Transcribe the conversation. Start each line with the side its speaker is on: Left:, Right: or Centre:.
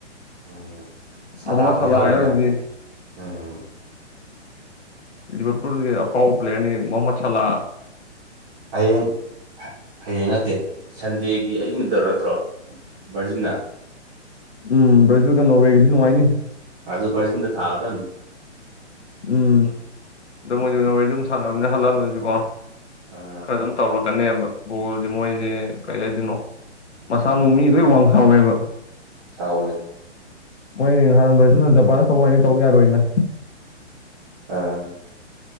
Right: ꯎꯝ ꯁꯂꯥ
Left: ꯃꯣꯍꯃꯠ
Right: ꯍꯣꯏ ꯌꯥꯎꯔꯃꯤꯅ
Left: ꯌꯥꯎꯔꯤꯗꯨꯗꯤ
Right: ꯎꯝ
Left: ꯖꯤꯕꯠꯄꯨꯔꯒꯤ ꯑꯐꯥꯎꯕ ꯄ꯭ꯂꯦꯌꯔꯅꯤ ꯃꯣꯍꯃꯠ ꯁꯂꯥ
Right: ꯍꯌꯦꯡ ꯍꯌꯦꯡ ꯅꯠꯇꯦ ꯁꯟꯗꯦꯒꯤ ꯑꯍꯤꯡꯗꯣ ꯅꯠꯇ꯭ꯔꯣ ꯕꯖꯤꯅ
Left: ꯎꯝ ꯕ꯭ꯔꯖꯒ ꯅꯣꯔꯋꯦꯒꯤꯁꯨ ꯅꯨꯡꯉꯥꯏꯅꯤ
Right: ꯑꯗꯨ ꯕ꯭ꯔꯥꯖꯤꯜꯗ ꯊꯥꯒꯗꯨꯝꯅꯤ
Left: ꯎꯝ ꯑꯗꯨ ꯃꯣꯏꯁꯨ ꯅꯣꯔꯋ‌ꯦ ꯑꯗꯨꯝ ꯁꯥꯟꯅꯕꯅꯦ ꯍꯂꯥꯜꯍ‌ꯣꯏꯁꯨꯀꯣ
Right: ꯑ
Left: ꯈꯔ ꯑꯗꯨꯝ ꯇꯧꯔꯛꯀꯅꯦꯕ ꯕꯣꯜꯁꯦ ꯃꯣꯏꯁꯦ ꯀꯩ ꯍꯥꯏꯗꯣꯏꯅꯣ ꯃꯁꯥ ꯃꯎ ꯃꯤ ꯂ‌ꯣꯏꯟ ꯋꯥꯡ ꯁꯥꯎꯋꯦꯕ
Right: ꯆꯥꯎꯕꯅꯤ
Left: ꯃꯣꯏ ꯅꯍꯥꯟ ꯕ꯭ꯔꯥꯖꯤꯜꯅ ꯖꯄꯥꯟꯗ ꯇꯧꯏꯅ ꯇꯧ ꯌꯥꯔꯣꯏꯅ
Right: ꯑꯥ